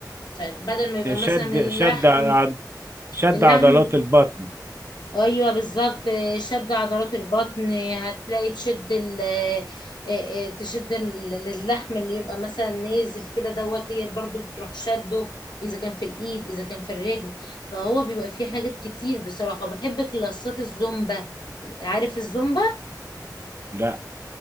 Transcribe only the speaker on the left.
فبدل ما يبقى مثلا
اللحم
اللحم
ايوه بالظبط شد عضلات البطن هتلاقي تشد ال آه، آه، تشد ال- اللحم اللي يبقى مثلا نازل كده دوت هي برضو بتروح شده اذا كان في الايد اذا كان في الرجل فهو بيبقى فيه حاجات كتير بصراحه وبحب كلاسات الزومبا عارف الزومبا